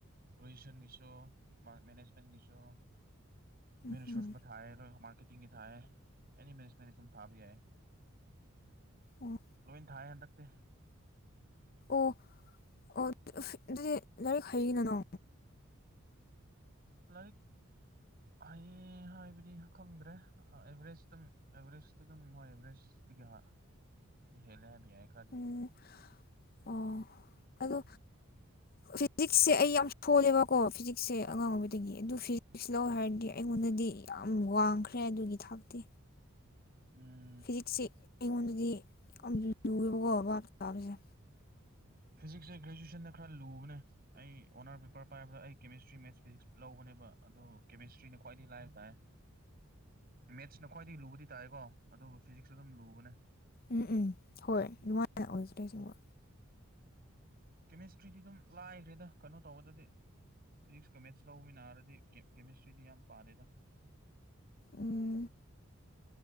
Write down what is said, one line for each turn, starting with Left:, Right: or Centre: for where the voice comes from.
Right: ꯒ꯭ꯔꯦꯖꯨꯋꯦꯁꯟꯒꯤꯁꯨ ꯃꯥ ꯃꯦꯅꯦꯖꯃꯦꯟꯒꯤꯁꯨ ꯍ꯭ꯌꯨꯃꯦꯟ
Left: ꯎꯝ
Right: ꯔꯤꯁꯣꯔꯁ ꯑꯃ ꯊꯥꯏꯌꯦ ꯃꯥꯔꯀꯦꯇꯤꯡꯒꯤ ꯊꯥꯏꯌꯦ ꯑꯦꯅꯤ ꯃꯤꯅꯦꯁꯃꯦꯟ ꯁꯨꯝ ꯊꯥꯕ ꯌꯥꯏ
Left: ꯑꯣ
Right: ꯂꯣꯏ ꯊꯥꯏꯑꯦ ꯍꯟꯗꯛꯇꯤ
Left: ꯑꯣ ꯑꯣ ꯑꯗꯨꯗꯤ ꯂꯥꯏꯔꯤꯛ ꯍꯩꯅ ꯅꯣ
Right: ꯂꯥꯏꯔꯤꯛ ꯍꯩ ꯍꯥꯏꯕꯗꯤ ꯈꯪꯗ꯭ꯔꯦ ꯑꯦꯚꯔꯦꯁ ꯑꯗꯨꯝ ꯑꯦꯚꯔꯦꯁꯇꯤ ꯑꯗꯨꯝ ꯍꯣꯏ ꯑꯦꯚꯔꯦꯁ ꯁꯇꯒꯤ ꯍꯥ ꯍꯦꯂꯦ ꯍꯥꯏꯕ ꯌꯥꯏ ꯈ꯭ꯔꯥꯗꯤ
Left: ꯎꯝ ꯑꯣ ꯑꯗꯣ ꯐꯤꯖꯤꯛꯁꯁꯦ ꯑꯩ ꯌꯥꯝ ꯁꯣꯜꯂꯦꯕꯀꯣ ꯐꯤꯖꯤꯛꯁꯁꯦ ꯑꯉꯥꯡ ꯑꯣꯏꯕꯗꯒꯤ ꯑꯗꯨ ꯐꯤꯖꯤꯛꯁ ꯂꯧ ꯍꯥꯏꯔꯗꯤ ꯑꯩꯉꯣꯟꯗꯗꯤ ꯌꯥꯝ ꯋꯥꯡꯈ꯭ꯔꯦ ꯑꯗꯨꯒꯤ ꯊꯥꯛꯇꯣ
Right: ꯎꯝ
Left: ꯐꯤꯖꯤꯛꯁꯤ ꯑꯩꯉꯣꯟꯗꯗꯤ ꯌꯥꯝ ꯂꯨꯑꯦꯕꯀꯣ ꯕꯥꯕ ꯇꯥꯕꯁꯦ
Right: ꯐꯤꯖꯤꯛꯁꯦ ꯒ꯭ꯔꯦꯖꯨꯋꯦꯁꯟꯗ ꯈꯔ ꯂꯨꯕꯅꯦ ꯑꯩ ꯑꯣꯅꯔ ꯄꯦꯄꯔ ꯄꯥꯏꯕꯗ ꯑꯩ ꯀꯦꯃꯤꯁꯇ꯭ꯔꯤ ꯃꯦꯠꯁ ꯐꯤꯖꯤꯛꯁ ꯂꯧꯕꯅꯦꯕ ꯑꯗꯣ ꯀꯦꯃꯤꯁꯇ꯭ꯔꯤꯅ ꯈ꯭ꯋꯥꯏꯗꯒꯤ ꯂꯥꯏꯕ ꯇꯥꯏ ꯃꯦꯠꯁꯅ ꯈ꯭ꯋꯥꯏꯗꯒꯤ ꯇꯔꯥꯏ ꯂꯨꯕꯗꯤ ꯇꯥꯏꯀꯣ ꯑꯗꯨꯕꯨ ꯐꯤꯖꯤꯛꯁꯁꯨ ꯑꯗꯨꯝ ꯂꯨꯕꯅꯦ
Left: ꯎꯝ ꯎꯝ ꯍꯣꯏ ꯗꯨꯡꯃꯥꯏꯅ ꯑꯣꯏꯕꯅꯦ ꯑꯁꯦꯡꯕ
Right: ꯀꯦꯃꯤꯁꯇ꯭ꯔꯤꯗꯤ ꯑꯗꯨꯝ ꯂꯥꯏꯈ꯭ꯔꯦꯗ ꯀꯩꯅꯣ ꯇꯧꯕꯗꯗꯤ ꯐꯤꯖꯤꯛꯁꯀꯥ ꯃꯦꯠꯁ ꯂꯧꯕꯅꯤꯅ ꯀꯦꯃꯤꯁꯇ꯭ꯔꯤꯗꯤ ꯌꯥꯝ ꯄꯥꯗꯦꯗ
Left: ꯎꯝ